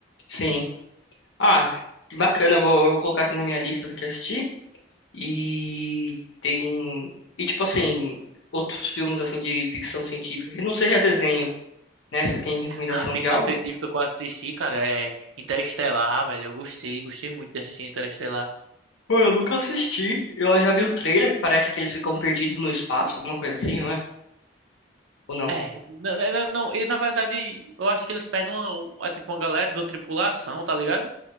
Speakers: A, on the left; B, on the right.
A: sim. Ah, que bacana, eu vou, eu vou colocar aqui na minha lista do que assistir. E tem... E, tipo, assim, outros filmes, assim, de ficção científica, que não seja desenho, né? Você tem recomendação
B: Ah, ficção
A: de algo?
B: científica que eu assisti, cara, é Interestelar, velho. Eu gostei, gostei muito de assistir Interestelar.
A: Pô, eu nunca assisti. Eu já vi o trailer, parece que eles ficam perdidos no espaço, alguma coisa assim, não é? Ou não?
B: É, na- na- não, e na verdade, eu acho que eles pegam uma, um, é tipo uma galera de uma tripulação, tá ligado?